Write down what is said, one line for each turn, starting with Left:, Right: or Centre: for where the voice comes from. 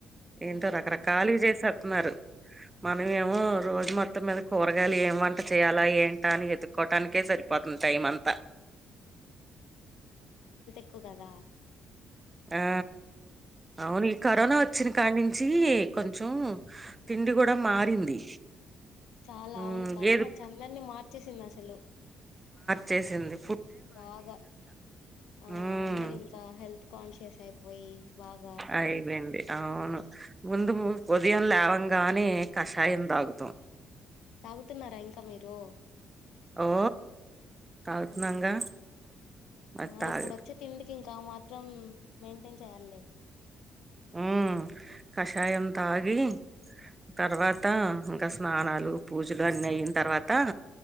Right: ఏంటో
Left: ఉమ్
Right: రకరకాలు చేసేతున్నారు. మనమేమో రోజు మొత్తం మీద కూరగాయలు ఏం వంట చేయాలా ఏంటా అని ఎతుకోవటానికి కేసరిపోతుంది టైమ్ అంతా.
Left: ప్పు కదా
Right: ఆ అవును ఈ కరోనా వచ్చినా కాడ్నించి కొంచెం తిండి కూడా మారింది.
Left: చాలా
Right: మ్
Left: అవును కరోనా
Right: ఏది
Left: వచ్చి అందరినీ మార్చేసింది అసలు.
Right: చేసింది.
Left: బాగా ఆ
Right: మ్
Left: అందరు ఇంకా హెల్త్ కాన్షియస్ అయిపోయి బాగా
Right: అయిపోయింది అవును ముందు <inaudible> ఉదయం లేవంగానే కషాయం తాగుతాం.
Left: తాగుతున్నారా ఇంకా మీరు.
Right: ఓ తాగుతున్నాంగా.
Left: ఉమ్
Right: అది
Left: ఆ
Right: తాగ
Left: ఇప్పుడు వచ్చే తిండికి ఇంకా మాత్రం మెయింటైన్ చేయాల్లే.
Right: ఉ కషాయం తా గి తర్వాత ఇంకా స్నానాలు పూజలు అన్ని అయింన్ తర్వాత